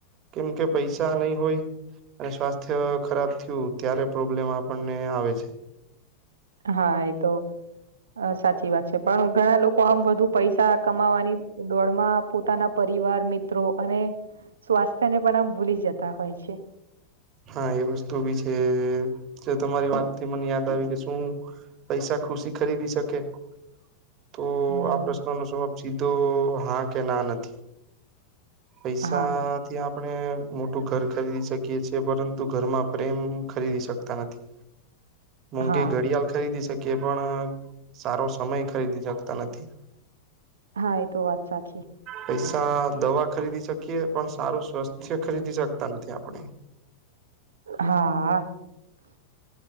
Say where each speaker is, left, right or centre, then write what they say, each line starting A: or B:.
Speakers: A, on the right; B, on the right.
A: કેમ કે પૈસા નહીં હોય અને સ્વાસ્થ્ય ખરાબ થયું ત્યારે પ્રોબ્લેમ આપણને આવે છે
B: હા એ તો સાચી વાત છે પણ ઘણા લોકો આમ વધુ પૈસા કમાવાની દોડમાં પોતાના પરિવાર મિત્રો અને સ્વાસ્થ્ય ને પણ આમ ભૂલી જતા હોય છે
A: હા એ વસ્તુ બી છે જો તમારી વાતથી મને યાદ આવી કે શું પૈસા ખુશી ખરીદી શકે તો
B: ના
A: આ પ્રશ્ન નો જવાબ સીધો હા કે ના નથી પૈસા
B: હા
A: ત્યાં આપણે મોટું ઘર ખરીદી શકીએ છેએ પરંતુ ઘરમાં પ્રેમ ખરીદી શકતા નથી મોંઘી
B: હા
A: ઘડીયાલ ખરીદી શકીએ પણ સારો સમય ખરીદી શકતા નથી.
B: હા એ તો વાત સાચી
A: પૈસા દવા ખરીદી શકીએ પણ સારું સ્વાસ્થ્ય ખરીદી શકતા નથી, આપણે
B: હા